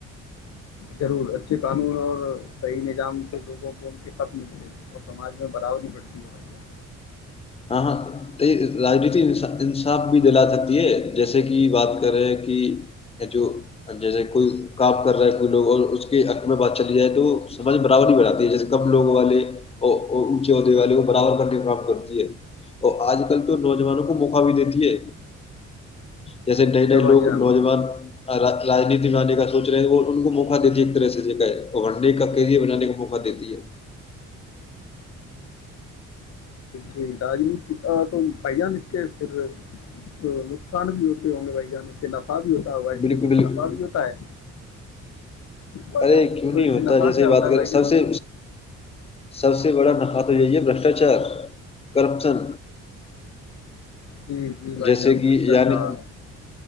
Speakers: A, on the left; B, on the left.
A: ضرور اچھے قانون اور صحیح نظام سے لوگوں کو ان کے حق ملتے ہیں اور سماج میں برادری بڑھتی ہے ہم
B: ہاں ہاں راجنیتی انصاف بھی دلا سکتی ہے جیسے کہ بات کر رہے ہیں کہ جو جیسے کوئی کام کر رہا ہے کوئی لوگ اور اس کے حق میں بات چلی جائے تو سمج میں برابر نہیں بناتا جیسے کم لو والے اور اونچے عدے والے کو برابر کرنے کااہم کرتی ہے اور آج کل تو نوجوانوں کو مقا بھیی دیتی ہے جیسے نئے
A: اچھا
B: نئے لوگ
A: بھائی جان
B: نوجوان رجنیتی میں آنے کا سوچ رہے ہیں وہ ان کو موقع دیتی ہے ایک طرح سےنے کا کیری بنانے کا موقع دیتی ہے
A: جی راجنیتی آ تو پائ جا م پھر تو نقصان بھی ہوتے ہوں گے بھ جان کے نفا بھی ہوتا ہے ہو اس
B: بالکل
A: سے کچھ
B: بالکل
A: نفع بھی ہوتا ہے ہوتا
B: ارے
A: ہے
B: کیوں
A: تو
B: نہیں
A: اس
B: ہوتا
A: سے نفع
B: جیسے
A: کیا
B: ہی بات
A: ہوتا ہے
B: کر
A: بھائی
B: سب
A: جان
B: سے سب سے بڑا نفعہ تو یہی ہے برشٹاچار کرپشن
A: جی جی بھائی
B: جیسے
A: جان
B: کہ
A: بشٹاچار
B: یعنی